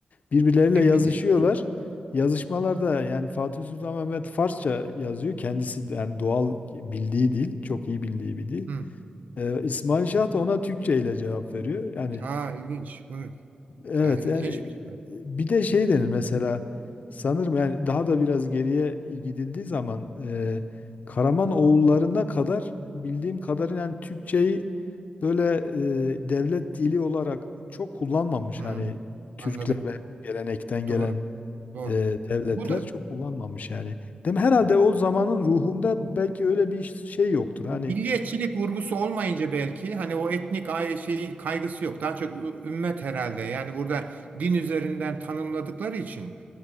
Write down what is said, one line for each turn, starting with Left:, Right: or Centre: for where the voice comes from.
Left: birbirleriyle
Right: Emin
Left: yazışıyorlar.
Right: değilim hocam.
Left: Yazışmalarda yani Fatih Sultan Mehmet Farsça yazıyor. Kendisi de yani doğal bildiği dil, çok iyi bildiği bir dil.
Right: Hı.
Left: Ee, İsmail Şah da ona Türkçe ile cevap veriyor. Yani
Right: Ha ilginç. Bunu
Left: evet
Right: ya ilginçmiş.
Left: yani e,
Right: bu.
Left: bir de şey denir mesela sanırım yani daha da biraz geriye gidildiği zaman e, Karaman oğullarına kadar bildiğim kadarıyla yani Türkçeyi böyle e, devlet dili olarak çok kullanmamış
Right: Hmm,
Left: hani Türkler
Right: anladım.
Left: ve o gelenekten gelen
Right: Doğru. Doğru.
Left: e, devletler
Right: Bu da
Left: çok kullanmamış yani. Değil mi? Herhalde o zamanın ruhunda belki öyle bir şey yoktur. Hani
Right: Milliyetçilik vurgusu olmayınca belki hani o etnik ay şeyi kaygısı yok. Daha çok ü- ümmet herhalde. Yani burada din üzerinden tanımladıkları için